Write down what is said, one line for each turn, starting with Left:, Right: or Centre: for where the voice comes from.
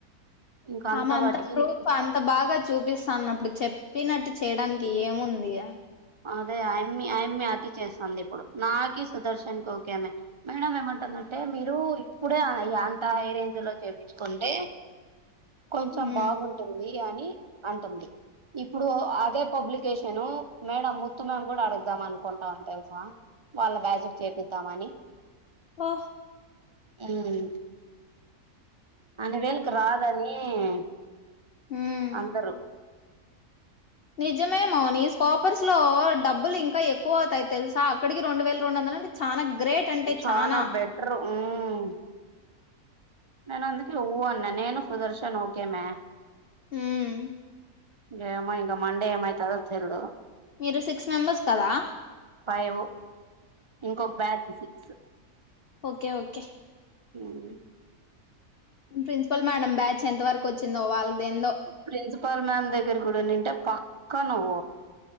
Right: ఇంక
Left: అమె అంత
Right: వర్జిన్
Left: ప్రూఫ్ అంత బాగా చూపిస్తాన్నప్పుడు చెప్పినట్టు చేయడానికి ఏముంది
Right: అదే అ అమ్మి ఆ అమ్మి అతి చేస్తుంది ఇప్పుడు నాకి సుదర్శన్ కి ఓకే మే మేడం ఏమంటుందంటే మీరు ఇప్పుడే అంత హై రేంజ్ లో చేపించుకుంటే కొంచెం
Left: ఉమ్
Right: బాగుంటుంది అని అంటుంది ఇప్పుడు అదే పబ్లికేషను మేడం ముత్తు మేము కూడా అడుగుదాం అనుకుంటాంని తెలుసా వాళ్ళ బ్యాచ్ కి చేపిద్దామని
Left: ఆ
Right: ఉమ్ అలివేల్కు రాదని ఉమ్
Left: హ్మ్
Right: అందరూ
Left: నిజమే మౌని స్కోపర్స్ లో డబ్బులు ఇంకా ఎక్కువ అవుతాయి తెలుసా అక్కడికి రెండు వేల రెండు వందల అంటే చానా గ్రేట్ అంటే
Right: చాన
Left: చానా
Right: బెటర్ హ్మ్ నను అందుక ఊ అన్న నేను సుదర్శన్ ఒకే మే
Left: హ్మ్
Right: ఏమో ఇంగ మండే ఏం అయితధో తెల్దు
Left: మీరు సిక్స్ మెంబెర్స్ కదా
Right: ఫైవు ఇంకొక బ్యాచ్ సిక్స్
Left: ఒకే ఒకే
Right: హ్మ్మ్
Left: ప్రిన్సిపల్ మ్యాడమ్ బ్యాచ్ ఎంత వరకు వచ్చిందో వాళ్ళద ఏందో
Right: ప్రిన్సిపల్ మ్యామ్ దే రుడు నుంట పక్క నువ్